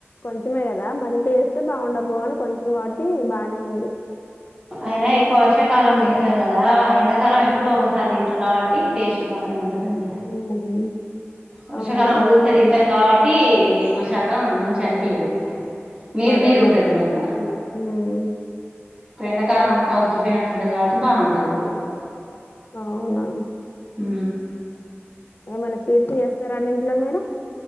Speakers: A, on the left; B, on the right.
A: కొంచమే కదా మరింత వేస్తే బాగుండకపోగాని కొంచెం కాబట్టి బాగానే ఉంది సాయంత్రం
B: అయినా ఎక్కువ
A: ఒక
B: వర్షకాలం తింటారు కదా ఎండాక్ కాలం ఎప్పుడో ఒకసారి తింటారు కాబట్టి టేస్ట్ బానే ఉన్ ఉంటదిండి
A: మ్మ్
B: వర్షాకాలం
A: అవునవును
B: ఊకే తింటాం కబ ట్టి ఎక్కువ శాతం మంచిగా అనిపియదు నీరు
A: అదే
B: నీరు
A: అదే
B: ఉంటది
A: అందుకే
B: మళ్ళా
A: మ్మ్
B: ఇప్పుడు ఎండాకాలం అంతా ఉక్కిపోయినట్టుంటది కాబట్టి బాగుంటది ఇప్పుడు
A: అవునా
B: హు
A: ఏమైనా స్వీట్స్ చేస్తారా అండి ఇంట్లో మీరు